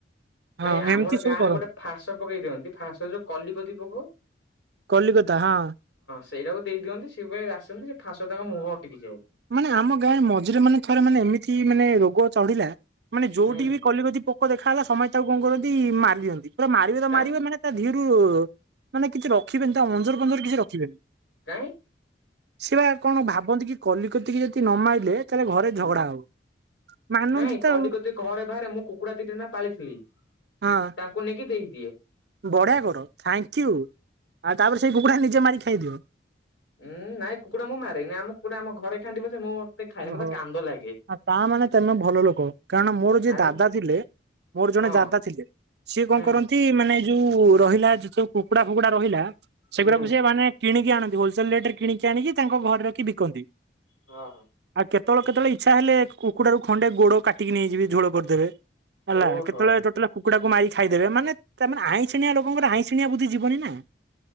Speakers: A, on the right; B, on the left.
A: ହଁ
B: ନାଇଁ ଆମର
A: ଏମିତି ସବୁ
B: ଗାଁରେ
A: କରନ୍ତି
B: ଗୋଟେ ଫାସ ପକେଇ ଦିଅନ୍ତି ଫାସ ଯୋଉ କଲିକତି ପକଉ
A: କଲିକତା ହଁ।
B: ସେଇଟାକୁ ଦେଇଦିଅନ୍ତି ସିଏ ଆସନ୍ତି ସେ ଫାସ ତାଙ୍କ ମୁହଁ ଅଟିକି ଯାଏ।
A: ମାନେ ଆମ ଗାଁରେ ମଝିରେ ମାନେ ଥରେ ମାନେ ଏମିତି ମାନେ ରୋଗ ଚଢିଲା। ମାନେ ଯୋଉଠିକି
B: ହୁଁ
A: ବି କଲିକତି ପୋକ ଦେଖା ହେଲା ସମସ୍ତେ ତାକୁ କଣ କରନ୍ତି ମାରି ଦିଅନ୍ତି। ପା ମାରିବେ ତ
B: କାଇଁ
A: ମାରିବେ ମାନେ ତା ଦେହରୁ ମାନେ କିଛି ରଖିବେନି ତା ମଞ ପଞ୍ଜର କିଛି ରଖିବେନି।
B: କାଇଁ?
A: ସେ ବା କଣ ଭାବନ୍ତି କି କଲିକତିକି ଯଦି ନ ମାଇଲେ ତାହେଲେ ଘରେ
B: ହୁଁ।
A: ଝଗଡା ହବ। ମାନନ୍ତି
B: ନାଇଁ
A: ତ
B: କଲିକତି
A: ଆଉ
B: ଘରେ ବାହାରେ ମୁଁ କୁକୁଡା ଦିଟା ନା ପାଳିଥିଲି
A: ହଁ।
B: ତାଙ୍କୁ ନେଇକି ଦେଇ
A: ବଢିଆ କର ଥାଙ୍କ ୟୁ ଆଉ ତାପରେ ସେଇ କୁକୁଡା ନିଜେ ମାରି ଖାଇଦିଅ।
B: ଉ ନାଇଁ କୁକୁଡ଼ା ମୁଁ ମାରେନି ଆମ କୁକୁଡା ଆମ ଘରେ ଖାଆନ୍ତି ବସେ ମୁଁ ମତେ ଖାଇଲିି
A: ଓହୋ
B: ମତେ କାନ୍ଦ ଲାଗେ।
A: ତା ମାନେ ତମେ ଭଲ ଲୋକ କାରଣ ମୋର ଯିଏ
B: ଆଉ
A: ଦାଦା ଥିଲେ। ମୋର ଜଣେ
B: ହଁ
A: ଦାଦା ଥିଲେ ସିଏ
B: ହୁଁ
A: କଣ କରନ୍ତି ମାନେ ଯଉ ରହିଲା ଯୋଉ କୁକୁଡା ଫୁକୁଡା ରହିଲା ସେଗୁଡାକୁ
B: ହୁଁ।
A: ସେ ମାନେ କିଣିକି ଆଣନ୍ତି ହୋଲସେଲ ରେଟ ରେ କିଣିକି ଆଣିକି ତାଙ୍କ ଘରେ ରଖି ବିକନ୍ତି।
B: ହଁ ହଁ।
A: ଆଉ କେତେବେଳେ କେତେଳେ ଇଚ୍ଛା ହେଲେ କୁକୁଡାରୁ ଖଣ୍ଡେ ଗୋଡ କାଟିକି ନେଇଯିବେ ଝୋଳ କରିଦେବେ। ହେଲା
B: ଓହୋ।
A: କେତେବେଳେ ଟୋଟାଲ କୁକୁାଡାକୁ ମାରିକି ଖାଇ ଦେବେ ମାନେ ତାମାନେ ଆଇଁ ସିଣିଆ ଲୋକଙ୍କର ଆଇଁ ସିଣିଆ ବୁଦ୍ଧି ଯିବନି ନା।